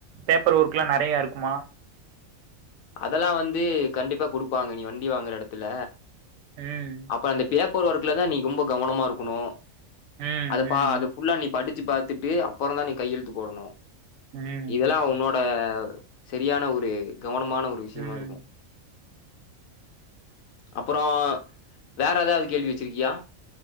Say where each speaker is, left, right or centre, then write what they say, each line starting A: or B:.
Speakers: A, on the right; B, on the left.
A: பேப்பர் ஒர்க்லா நெறைய இருக்குமா
B: அதெல்லா வந்து கண்டிப்பா குடுப்பாங்க நீ வண்டி வாங்குற எடத்துல
A: ம்
B: அப்ப அந்த பேப் பர் ஒர்க்ல தா நீ ரொம்ப கவனமா இருக்கணு
A: ம்
B: அது பா அது புல்லாலிப் படிச்சு பாத்துட்டு அப்பறந்தா நீ கையெழுத்து போடணு
A: ம் ம்
B: இதெல்லா உன்னோட செரியான ஒரு கவனோ மான ஒரு விஷ்யமா
A: ம்
B: இருக்கு அப்பறோ வேற ஏதாவது கேள்வி வெச்சிருக்கியா